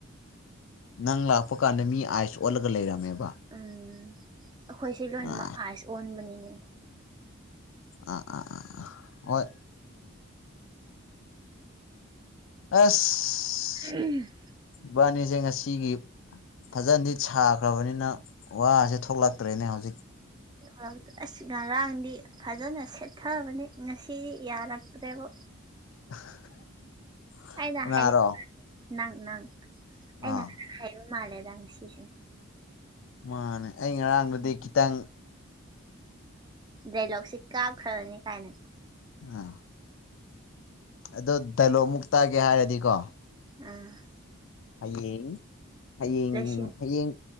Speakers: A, on the left (about 65°); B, on the right (about 20°).
A: ꯅꯪ ꯂꯥꯛꯄ ꯀꯥꯟꯗ ꯃꯤ ꯑꯥꯏꯁ ꯑꯣꯜꯂꯒ ꯂꯩꯔꯝꯃꯦꯕ
B: ꯎꯝ ꯑꯩꯈꯣꯏꯁꯦ ꯂꯣꯏꯅꯃꯛ
A: ꯑ
B: ꯑꯥꯏꯁ ꯑꯣꯟꯕꯅꯤꯅꯦ
A: ꯑꯥ ꯑꯥ ꯍꯣꯏ ꯑꯁ
B: ꯎꯝ
A: ꯕꯥꯅꯤꯁꯦ ꯉꯁꯤꯒꯤ ꯐꯖꯅꯗꯤ ꯁꯥꯈ꯭ꯔꯕꯅꯤꯅ ꯋꯥꯁꯦ ꯊꯣꯛꯂꯛꯇ꯭ꯔꯦꯅꯦ ꯍꯧꯖꯤꯛ
B: ꯎꯝ ꯑꯁ ꯉꯔꯥꯡꯗꯤ ꯐꯖꯅ ꯁꯦꯠꯊꯕꯅꯤ ꯉꯁꯤꯗꯤ ꯌꯥꯔꯛꯇ꯭ꯔꯦꯕ
A: <inaudible>
B: ꯑꯩꯅ
A: ꯀꯅꯥꯔꯣ
B: ꯍꯥꯏ ꯅꯪ ꯅꯪ ꯑꯩꯅ
A: ꯑꯥ
B: ꯍ ꯃꯥ ꯂꯩꯦꯗꯉ ꯁꯤꯁꯦ
A: ꯃꯥꯅꯦ ꯑꯩ ꯉꯔꯥꯡꯗꯨꯗꯤ
B: ꯎꯝ
A: ꯈꯤꯇꯪ
B: ꯗꯥꯏꯂꯣꯣꯛꯁꯤꯦ ꯀꯥꯞꯈ꯭ꯔꯅꯤ ꯀꯥꯏꯅ
A: ꯑꯥ ꯑꯗꯣ ꯗꯥꯏꯂꯣꯛ ꯃꯨꯛ ꯇꯥꯒꯦ ꯍꯥꯏꯔꯗꯤꯀꯣ
B: ꯑꯥ
A: ꯍꯌꯦꯡ ꯍꯌꯦꯡ
B: ꯂꯣꯏꯁꯤꯟ
A: ꯍꯌꯦꯡ